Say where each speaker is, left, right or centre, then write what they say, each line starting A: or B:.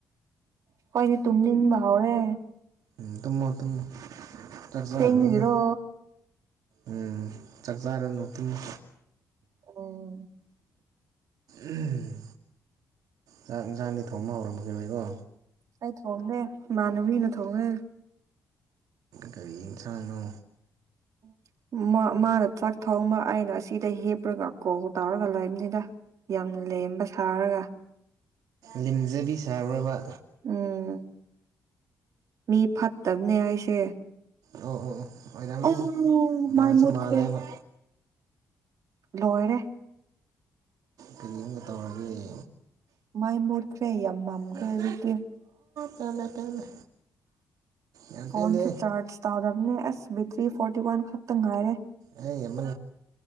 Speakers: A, on the right; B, on the right.
A: ꯑꯈꯣꯏꯗꯤ ꯇꯨꯝꯅꯤꯡꯕ ꯍꯧꯔꯦ
B: ꯎꯝ ꯇꯨꯝꯃꯣ ꯇꯨꯝꯃꯣ ꯆꯥꯛ ꯆꯥꯔꯨꯔꯅꯣ
A: ꯊꯦꯡꯕꯒꯤꯔꯣ
B: ꯎꯝ ꯆꯥꯛ ꯆꯥꯔꯨꯅꯣ ꯇꯨꯝꯃꯣ
A: ꯎꯝ
B: ꯑꯍꯝ ꯆꯥꯛ ꯌꯦꯟꯁꯥꯡꯗꯤ ꯊꯣꯡꯕ ꯍꯧꯔꯝꯈꯤꯔꯣꯏꯀꯣ
A: ꯑꯩ ꯊꯣꯡꯗꯦ ꯏꯃꯥꯟꯅꯕꯤꯅ ꯊꯣꯡꯔꯦ
B: ꯀꯔꯤ ꯌꯦꯟꯁꯥꯡꯅꯣ
A: <inaudible> ꯃ ꯃꯥꯅ ꯆꯥꯛ ꯊꯣꯡꯕ ꯑꯩꯅ ꯑꯁꯤꯗ ꯍꯤꯞꯔꯒ ꯀꯣꯜ ꯇꯧꯔꯒ ꯂꯩꯕꯅꯤꯗ ꯌꯥꯝ ꯂꯦꯝꯕ ꯁꯥꯔꯒ
B: ꯂꯦꯝꯖꯕꯤ ꯁꯕꯔ꯭ ꯕ
A: ꯎꯝ ꯃꯤ ꯐꯠꯇꯝꯅꯦ ꯑꯩꯁꯦ
B: ꯑꯣ ꯑꯣ ꯑꯣ ꯑꯣꯏꯔꯝꯅꯤ
A: ꯑꯩ
B: ꯃꯥꯟꯁꯨ
A: ꯃꯥꯏ ꯃꯨꯠꯈ꯭ꯔꯦ
B: ꯃꯥꯟꯂꯦꯕ
A: ꯂꯣꯏꯔꯦ
B: ꯀꯔꯤꯒꯨꯝ ꯇꯧꯔꯒꯦ
A: ꯃꯩ ꯃꯨꯠꯈ꯭ꯔꯦ ꯌꯥꯝ ꯃꯝꯈ꯭ꯔꯦ
B: ꯆꯞ
A: ꯍꯧꯖꯤꯛꯇꯤ
B: ꯄꯦꯜꯂꯦ ꯄꯦꯜꯂꯦ ꯌꯥꯝ
A: ꯐꯣꯟꯁꯨ
B: ꯄꯦꯜꯂꯦ
A: ꯆꯥꯔꯁ ꯇꯧꯔꯝꯅꯦ ꯑꯁ ꯕꯦꯇ꯭ꯔꯤ ꯐꯣꯔꯇꯤꯋꯥꯟ ꯈꯛꯇ ꯉꯥꯏꯔꯦ
B: ꯑꯩ ꯑꯃ